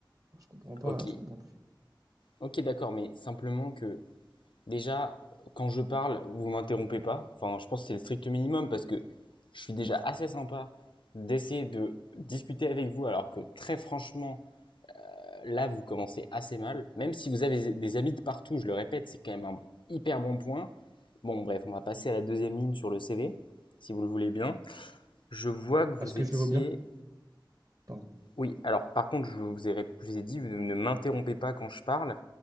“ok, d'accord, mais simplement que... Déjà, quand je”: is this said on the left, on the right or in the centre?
Left